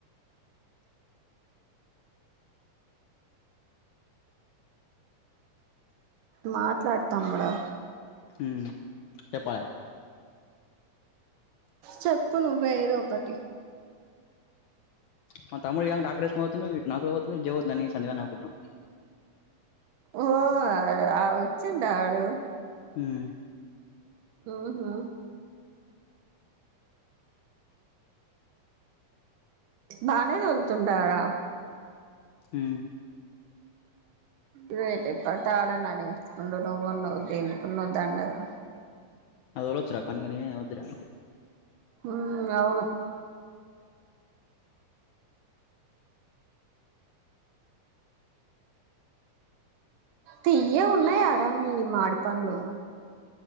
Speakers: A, on the right; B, on the left.
A: మాట్లాడ్తం రా
B: ఉమ్ చెప్పాలె
A: చెప్పు నువ్వే ఏదో ఒకటి
B: మా తముడు ఏమో ట్రాక్టర్ ఏసుకుని పోతుండు ఇట్ పోత్ జవ నన్ని సంధి గాడు నవ్వుకుట్నాం
A: ఓ ఆ వచ్చిండా ఆడు
B: ఉమ్
A: ఊహు బానే తోలుతుండారా
B: ఉమ్
A: రేట్ ఎప్పటాడ నడించుకుండు నువ్వు ఉన్నవ్ దేనుకున్నవ్ దండగా
B: <unintelligible> పని ఇగ నేనే ఒద్దులే అనుకున్నా
A: ఉమ్ అవును తియ్యగా ఉన్నాయారా మీయి మాడి పండ్లు